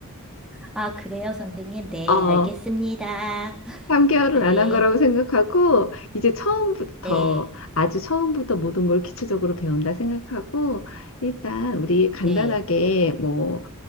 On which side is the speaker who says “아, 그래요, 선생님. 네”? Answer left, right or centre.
Centre